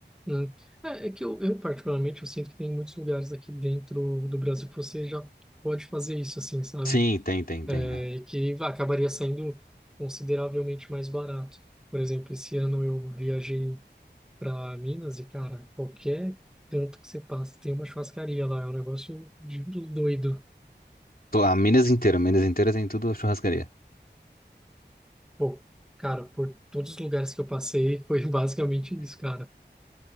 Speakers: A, in the centre; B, on the left.
A: uhum. É, é que eu, eu, particularmente, eu sinto que tem muitos lugares aqui dentro do Brasil que você já pode fazer isso, assim, sabe?
B: Sim, tem, tem, tem.
A: é,
B: é.
A: e que acabaria saindo consideravelmente mais barato. Por exemplo, esse ano eu viajei para Minas e, cara, qualquer canto que você passa tem uma churrascaria lá, é um negócio de doido.
B: Tô- A Minas inteira, Minas inteira tem tudo churrascaria.
A: Pô, cara, por todos os lugares que eu passei foi <laughs> basicamente isso, cara.